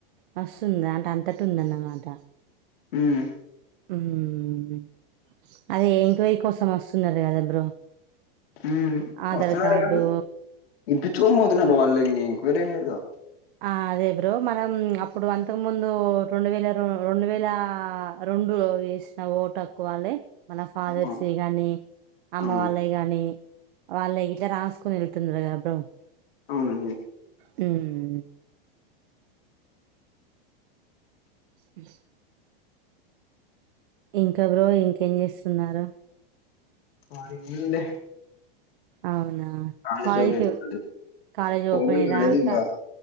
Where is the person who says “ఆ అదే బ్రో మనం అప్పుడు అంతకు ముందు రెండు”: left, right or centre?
Right